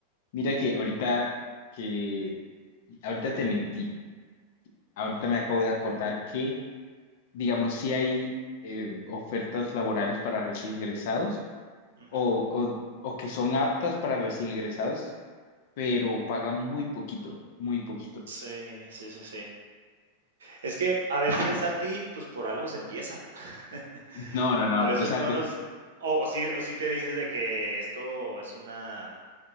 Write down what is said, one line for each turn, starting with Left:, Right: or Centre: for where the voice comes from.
Left: Mira que ahorita que Ahorita te mentí. Ahorita me acabo de acordar que, digamos, si hay eh, ofertas laborales para recién ingresados
Right: Ujú.
Left: o, o, o que son aptas para recién ingresados, pero pagan muy poquito, muy poquito.
Right: Sí, sí, sí, sí. Es que a veces, Santi, pues por algo se empieza. <laughs>
Left: No, no, no.
Right: A veces
Left: O sea,
Right: no
Left: te-
Right: nos o o sí o sí te dices de que esto es una